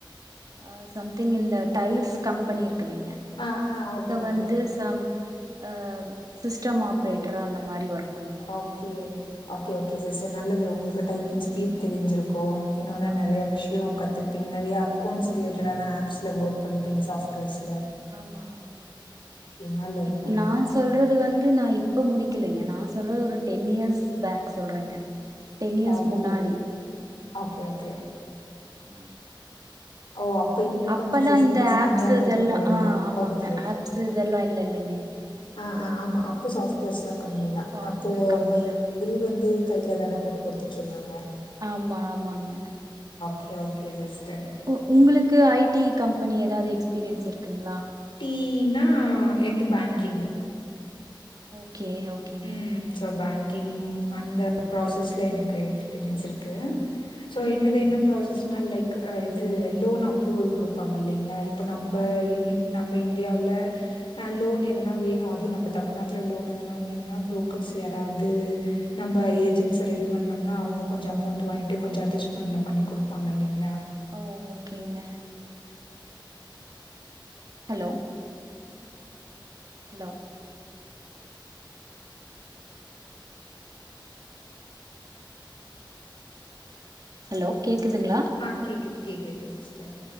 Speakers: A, on the right; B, on the left.
A: ஆ சம்திங் இந்த டைல்ஸ் கம்பனி இருக் கு இல்லைங்க
B: ஆ, ஆ
A: அங்க
B: ஓகே,
A: வந்து
B: ஓகே.
A: சம் ஆ சிஸ்டம் ஆப்ரேட்டிரா அந்த மாரி ஒர்க் பண்ணிட்ருந்தே
B: ஓகே. ஓகே ஓகே சிஸ்டர் நல்லது உங்களுக்கு டைப்பிங் ஸ்பீட் தெரிஞ்சிருக்கு இன்னொன்னு
A: ஆமா
B: நெறைய விஷ்யோ கத்திருப்பீங்க நெறைய அக்கவுண்ட்ஸ் ரிலேட்டடான ஆப்ஸ்ல ஒர்க் பண்ணிருப்பீங்க சாப்ட்வேர்ஸ்
A: ஆமா ஆமா
B: நல்லது,
A: இப்
B: நல்லது.
A: நா சொல்றது வந்து நா இப் இப்ப முடிக்கலைங்க நா சொல்றது ஒரு டென் இயர்ஸ் பேக் சொல்றேங்க டென் இயர்ஸ்
B: ஓகே
A: முன்னாடி
B: ஓகே ஓகே
A: ஆ
B: ஓ அப்ப இன்னு
A: அப்பல்லா
B: கொஞ்ச ஃபெசிலிட்டிஸ்
A: இந்த
B: கம்மியா
A: ஆப்ஸ்
B: இருந்திருக்குங்குறீங்க
A: இதெல்லா ஆ ஆமாங்க
B: ஓகே
A: ஆப்ஸ் இதெல்லா இல்ல இல்லைங்க
B: ஆ ஆ ஆமா அப்போ சாஃப்ட்வேர்ஸ்லா கம்மி தா
A: சாஃப்ட்வேர்
B: அப்போ
A: கம்மிதா
B: பை பில் வந்து கைல தான போட்டு குடுத்துட்ருந்தாங்க
A: ஆமா ஆமாங்க
B: கே ஓகே சிஸ்
A: உ உங்களுக்கு ஐ டி கம்பனி ஏதாவது எக்ஸ்பீரியன்ஸ் இருக்குங்களா
B: ஈன்னா எந்து பேங்கிங்கு
A: ஓகே ஓகேங்க
B: ம் சோ பேங்கிங் அந்த ப்ராசஸ்ல எனக்கு எக்ஸ்பீரியன்ஸ் இருக்கு சோ
A: ம்
B: என்னது
A: ம்
B: என்ன ப்ராசஸ்னா லைக் இது லோன் அப்ரூவல் குடுப்பாங்க இல்லைங்களா இ ப நம்ப நம்ப
A: ஆமா
B: இ இ நம்ப இன்டியாவ்ல அ லோன் ஏதுனா வேணு அதுவு நம்ப தமிழ்நாட்ல லோன் ஏதுனா வேணுன்னா புரோக்கர்ஸ் யாராவது நம்ம
A: ம்
B: ஏஜென்ஸ்ச ரெடி பண்ணோம்னா அவங்க கொஞ்சொ அமௌண்ட் வாங்கிட்டு கொஞ்சொ அட்ஜஸ்மெண்ட்ல பண்ணி குடுப்பாங்க இல்லிங்களா
A: ஓ ஓகேங்ன ஹலோ ஹலோ ஹலோ கேக்குதுங்களா
B: ஆ கேக்குது கேக்குதுங்க சிஸ்டர்